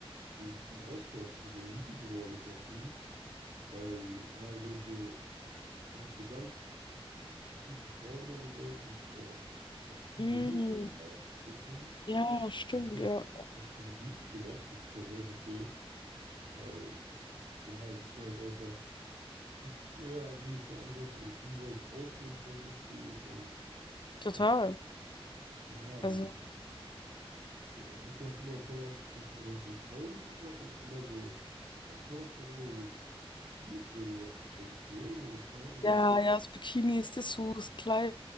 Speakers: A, on the right (about 80°); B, on the left (about 50°).
A: irgendwie ein bisschen ausgerastet ist, also wütend geworden ist auf ihn, weil er solche, er hat so ganz sp- spezifische Frauen immer gewollt und äh, auch viel
B: Mm,
A: jüngere immer als er.
B: ja, stimmt,
A: Und das hat,
B: ja.
A: das hat sie so wütend gemacht, was ich auch voll verstehe, weil ja, es ist halt einfach, es hat sich eher für mich so angehört, also für ihn war das Aussehen voll wichtig und
B: Total.
A: äh, ja, also.
B: Also
A: Er hat ja auch immer voll oft gesagt, ah, du hast einen fraulichen Körper und hat immer so, er hat voll oft auch immer so Bikinis oder sowas geschenkt, ne? Immer so Kleidung.
B: Ja, ja, so Bikinis, Dessous, Kleider